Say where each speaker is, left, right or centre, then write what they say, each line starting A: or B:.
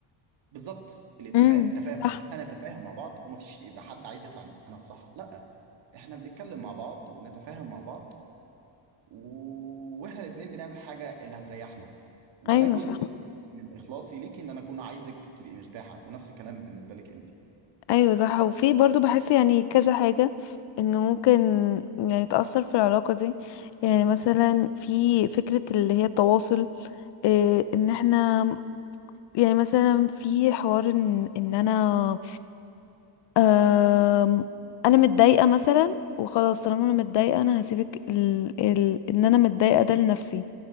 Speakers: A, on the right (about 75°); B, on the left (about 70°).
A: بالظبط الاتفاق
B: امم
A: التفاهم
B: صح
A: احنا نتفاهم مع بعض ومفيش يبقى حد عايز يطلع انا الصح لا احنا بنتكلم مع بعض وبنتفاهم مع بعض و... واحنا الاتنين بنعمل حاجة اللي هتريحنا وانا
B: ايوه
A: جزء
B: صح
A: من اخلاصي ليكي ان انا اكون عايزك تبقي مرتاحة ونفس الكلام بالنسبة لك انت
B: ايوه صح وفي برضو بحس يعني كذا حاجة انه ممكن يعني تأثر في العلاقة دي يعني مثلا في فكرة اللي هي التواصل إيه ان احنا يعني مثلا في حوار ان ان انا آم، انا متضايقه مثلا وخلاص طالما انا متضايقه انا هسيبك ال... ال... ان انا متضايقه ده لنفسي